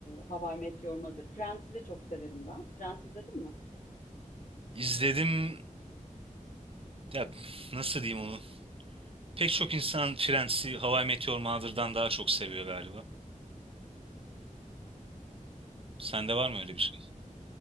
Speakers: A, on the left; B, on the right.
A: How I Met Your Mother. Friends'i de çok severim ben. Friends izledin mi?
B: İzledim. Ya nasıl diyeyim onu? Pek çok insan Friends'i How I Met Your Mother'dan daha çok seviyor galiba. Sende var mı öyle bir şey?